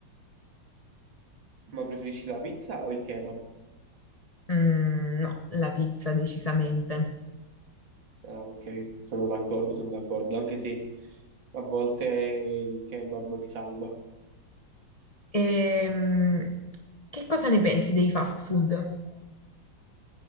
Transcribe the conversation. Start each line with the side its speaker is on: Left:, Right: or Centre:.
Right: ma preferisci la pizza o il kebab?
Left: Mm, no, la pizza decisamente.
Right: Ah, ok, sono d'accordo, sono d'accordo, anche se a volte il kebab ti salva.
Left: Ehm, che cosa ne pensi dei fast food?